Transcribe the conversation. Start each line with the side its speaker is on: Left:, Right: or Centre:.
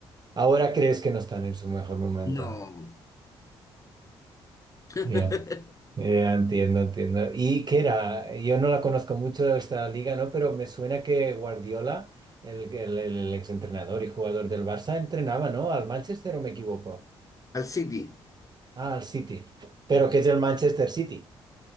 Right: Ahora crees que no están en su mejor momento.
Left: No, <laughs>
Right: Ya, ya, entiendo, entiendo. ¿Y qué era? Yo no la conozco mucho esta liga, ¿no? Pero me suena que Guardiola, el, el, el exentrenador y jugador del Barça, entrenaba, ¿no? Al Manchester o me equivoco.
Left: al City.
Right: Ah, al City. Pero que es el Manchester City.